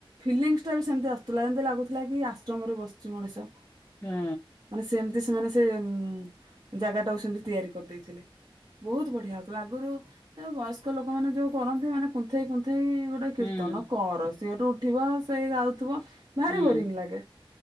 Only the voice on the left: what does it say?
ହୁଁ।
ହୁଁ ହୁଁ
ହୁଁ